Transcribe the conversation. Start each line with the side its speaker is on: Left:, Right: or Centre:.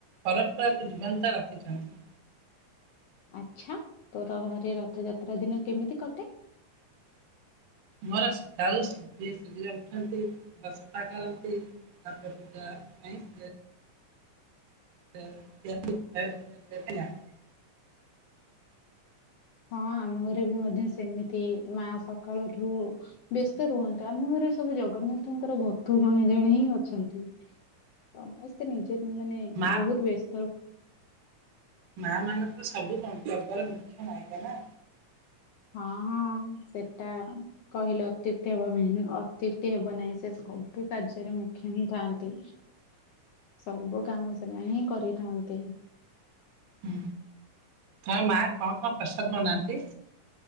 Right: ପରମ୍ପରାକୁୁ ଜୀବନ୍ତ ରଖିଛନ୍ତି।
Left: ଆଚ୍ଛା ତୋର ଘରେ ରଥଯାତ୍ରା ଦିନ କେମିତି କଟେ।
Right: ମୋର ସକାଳୁ ଉଠନ୍ତି ଘର ସଫା କରନ୍ତି। <unintelligible> ତ ପୂଜାଲେ ପାଇଁ <unintelligible>
Left: ହଁ ଆମ ଘରେ ବି ମଧ୍ୟ ସେମିତି ମା ସକାଳଠୁ ବ୍ୟସ୍ତ ରୁହନ୍ତ ଆମ ଘରେ ସବୁ ଜଗନ୍ନାଥଙ୍କର ଭକ୍ତ ଜଣେ ଜଣେ ହିଁ ଅଛନ୍ତି। ସମସ୍ତେ ନିଜେ ମାନେ
Right: ମା
Left: ବହୁତ ବ୍ୟସ୍ତ ର
Right: ମା ମାନେ ତ ସବୁ ମନ୍ତବ୍ୟର ମୁଖ୍ୟ ନାୟିକା ନା।
Left: ହଁ ହଁ ସେଟା କହିଲେ ଅତ୍ୟୁକ୍ତି ହେବ ନାହିଁ ଅତ୍ୟୁକ୍ତି ହେବ ନାହିଁ ସେ ସବୁ କାର୍ଯ୍ୟରେ ମୁଖ୍ୟ ହିଁ ଥାଆନ୍ତି। ସବୁ କାମ ସେମାନେ ହିଁ କରିଥାନ୍ତି।
Right: ହୁଁ ତମ ମା କଣ କଣ ପ୍ରସାଦ ବନାନ୍ତି?